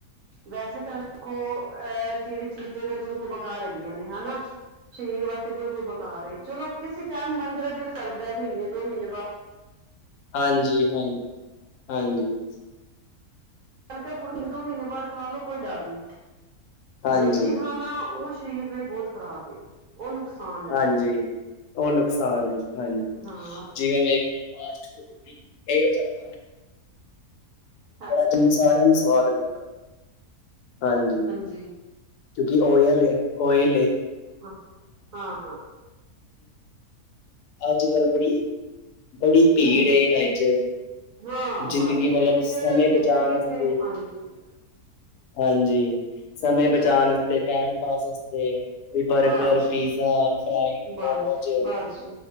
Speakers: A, on the right (about 65°); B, on the left (about 85°).
A: ਵੈਸੇ ਤਾਂ ਦੇਖੋ ਅਹ ਜਿਹੜੇ ਚੀਜ਼ਾਂ ਨੇ ਬਿਲਕੁਲ ਬਕ ਹੈਗੀਆਂ, ਨੇ ਹਨਾ, ਸਰੀਰ ਵਾਸਤੇ ਬਿਲਕੁਲ ਬੇਕਾਰ ਏ ਚਲੋ, ਕਿਸੇ ਟਾਈਮ ਬੰਦੇ ਦਾ ਦਿਲ ਕਰਦੈ ਮਹੀਨੇ ਦੋ ਮਹੀਨੇ ਬਾਅਦ।
B: ਹਾਂਜੀ, ਹਾਂਜੀ, ਹਾਂਜੀ।
A: ਹਲਕੇ ਫੇਰ ਦੋ ਮਹੀਨੇ ਬਾਅਦ ਖਾ ਲੋ ਕੋਈ ਡਰ ਨੀ
B: ਹਾਂਜੀ,
A: ਡੇਲੀ ਖਾਣਾ ਉਹ ਸਰੀਰ ਲਈ ਬਹੁਤ ਖ਼ਰਾਬ ਏ, ਉਹ ਨੁਕਸਾਨ ਏ
B: ਹਾਂਜੀ ਉਹ ਨੁਕਸਾਨ ਹੈ, ਹਾਂਜੀ
A: ਹਾਂ
B: ਜਿਵੇਂ ਵੇਖ। ਫਾਸਟ ਫੂਡ ਵੀ ਇਹੋ ਜਾ ਖਾਣਾ।
A: ਹਾਂਜੀ,
B: ਬੜਾ ਜਿਹਨੂੰ ਸਾਰਿਆਂ ਨੂੰ ਸਵਾਦ ਲ ਹਾਂਜੀ,
A: ਜੀ,
B: ਕਿਉਂਕਿ ਓਇਲ ਓਇਲ,
A: ਹਾਂ, ਹਾਂ
B: ਅੱਜ-ਕੱਲ੍ਹ ਬੜੀ, ਬੜੀ ਭੀੜ
A: ਹੂੰ
B: ਇਹਨਾਂ ਚ,
A: ਹਾਂ ਬਸ
B: ਜ਼ਿੰਦਗੀ
A: ਜਿੱਥੇ
B: ਮਤਲਬ
A: ਕਿੱਥੇ
B: ਸਮੇਂ
A: ਜਿੱਥੇ
B: ਬਚਾਣ
A: ਕਿੱਥੇ
B: ਵਾਸਤੇ,
A: ਹਾਂਜੀ
B: ਹਾਂਜੀ ਸਮੇ
A: ਜਿੱਥੇ
B: ਬਚਾਣ
A: ਕਿ
B: ਵਾਤੇ ਟੈਮ ਪਾਸ ਵਾਸਤੇ ਕੋਈ ਵਰਕ,
A: ਹਾਂ
B: ਘਰ ਪੀਜ਼ਾ ਫਰਾਈ,
A: ਬਸ
B: ਮੋਮੋਜ਼
A: ਬਸ